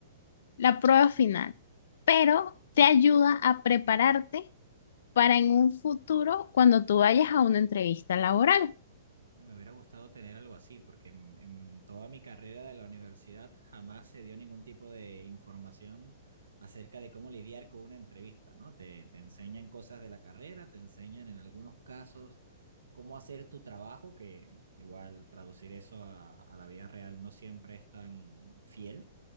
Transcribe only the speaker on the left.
la prueba final, pero te ayuda a prepararte para en un futuro cuando tú vayas a una entrevista laboral.